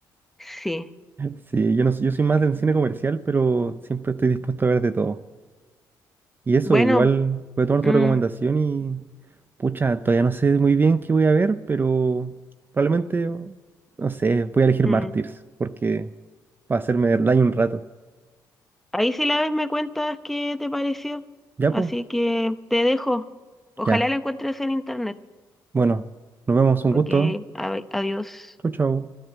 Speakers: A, in the centre; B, on the right.
A: Sí.
B: Sí, yo, no, soy- yo soy más del cine comercial, pero siempre estoy dispuesto a ver de todo. Y eso,
A: Bueno,
B: igual voy a tomar
A: mm,
B: tu recomendación y, pucha, todavía no sé muy bien qué voy a ver, pero probablemente, o- no sé, voy a elegir
A: mm,
B: Mártires, porque va a hacerme
A: mm.
B: daño un rato.
A: ahí si la ves me cuentas qué te pareció.
B: Ya,
A: Así
B: pues,
A: que te dejo. Ojalá
B: ya.
A: la encuentres en internet.
B: Bueno, nos vemos, un
A: Ok,
B: gusto.
A: a- adiós.
B: Chau, chau.